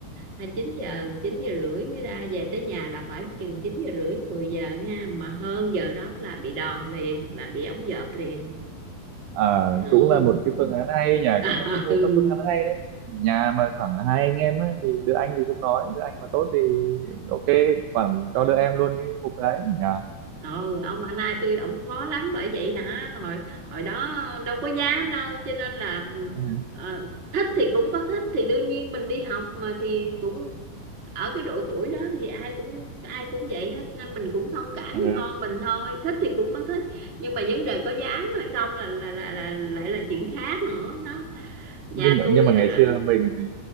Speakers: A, on the right; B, on the right.
A: ha, 9 giờ 9 giờ rưỡi ra về tới nhà là phải chừng 9 giờ rưỡi 10 giờ ha mà hơn giờ đó là bị đòn liền là bị ống dợp liền
B: Ờ,
A: ừ.
B: cũng là một cái phương án hay nhỉ
A: <laughs>
B: cũng là tôi thấy có phương án hay đấy nhà mà khoảng hai anh em á, thì đứa anh thì không nói đứa anh mà tốt thì ok khoảng cho
A: ừ.
B: đứa em luôn đi mục đấy nhỉ
A: ừ ông anh hai tôi ổng khó lắm bởi vậy hả hồi hồi đó đâu có dám đâu cho nên là
B: Ừ.
A: ờ, thích thì cũng có thích thì đương nhiên mình đi học mà thì cũng ở cái độ tuổi đó thì ai cũng ai cũng vậy hết nên mình cũng thông cảm
B: Ừ.
A: với con mình thôi thích thì cũng có thích nhưng mà vấn đề có dám hay không là là là, là lại là chuyện khác nữa đó nhà
B: nhưng mà
A: tôi
B: nhưng mà
A: rồi
B: ngày
A: đó
B: xưa mình thì